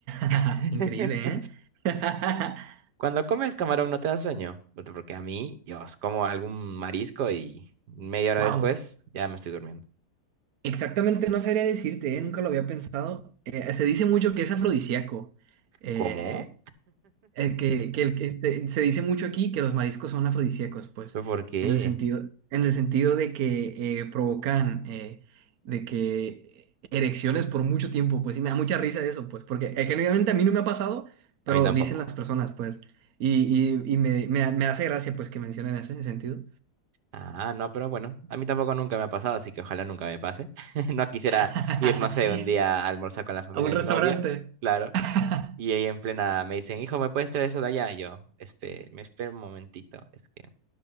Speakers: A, on the right (about 65°); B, on the right (about 85°).
A: <laughs>
B: <laughs>
A: Increíble, ¿eh? <laughs>
B: Cuando comes camarón no te da sueño, Porque porque a mí, yo como algún marisco y media hora
A: Wow.
B: después ya me estoy durmiendo.
A: Exactamente, no sabría decirte, ¿eh? Nunca lo había pensado. Eh, se dice mucho que es afrodisíaco. Eh,
B: ¿Cómo?
A: El que, que, el que este, se dice mucho aquí que los mariscos son afrodisíacos, pues,
B: ¿Pero por qué?
A: en el sentido, en el sentido de que eh, provocan eh, de que erecciones por mucho tiempo, pues, y me da mucha risa eso, pues, porque eh, genuinamente a mí no me ha pasado, pero
B: A mí tampoco.
A: dicen las personas, pues, y, y, y me, me, me hace gracia, pues, que mencionen ese sentido.
B: Ah, no, pero bueno, a mí tampoco nunca me ha pasado, así que ojalá nunca me pase. <laughs> No quisiera
A: <laughs>
B: ir, no sé, un día a almorzar con la familia
A: A un
B: de
A: restaurante.
B: mi novia, claro.
A: <laughs>
B: Y ahí en plena me dicen, hijo, ¿me puedes traer eso de allá? Y yo, "Espe- me espero un momentito, es que